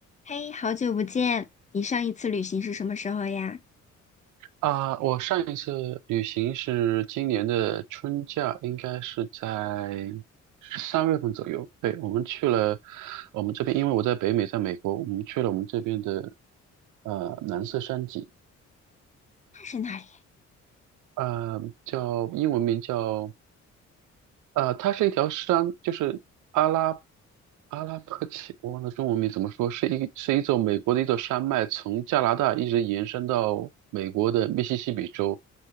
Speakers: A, on the left; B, on the right.
A: 嘿，好久不见！你上一次旅行是什么时候呀？
B: 啊，我上一次旅行是今年的春假，应该是在三月份左右。对，我们去了我们这边，因为我在北美，在美国，我们去了我们这边的呃蓝色山脊，
A: 那是哪里？
B: 呃，叫英文名叫呃，它是一条山，就是阿拉阿拉伯奇，我忘了中文名怎么说，是一是一座美国的一座山脉，从加拿大一直延伸到美国的密西西比州。